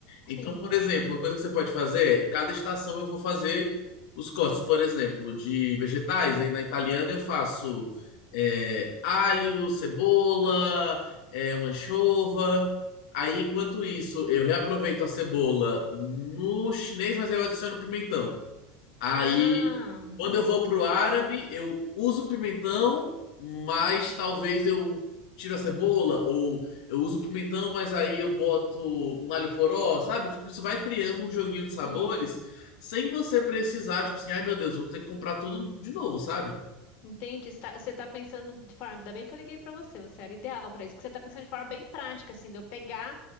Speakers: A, on the left; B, on the left.
A: Então,
B: sim.
A: por exemplo, uma coisa que você pode fazer é, cada estação eu vou fazer os cortes, por exemplo, de vegetais. Aí na italiana eu faço é, alho, cebola, é, uma anchova. Aí, enquanto isso, eu reaproveito a cebola no chinês, mas aí eu adiciono pimentão. Aí,
B: Ah, uhum,
A: quando eu vou pro árabe, eu uso pimentão, mas talvez eu tiro a cebola, ou eu uso pimentão, mas aí eu boto um alho poró, sabe? Tipo, isso vai criando um joguinho de sabores
B: sim.
A: sem você precisar, tipo assim, ai meu Deus, vou ter que comprar tudo de novo, sabe?
B: Entendi. Está- Você está pensando de forma. Ainda bem que eu liguei para você, você era ideal para isso, que você está pensando de forma bem prática, assim, de eu pegar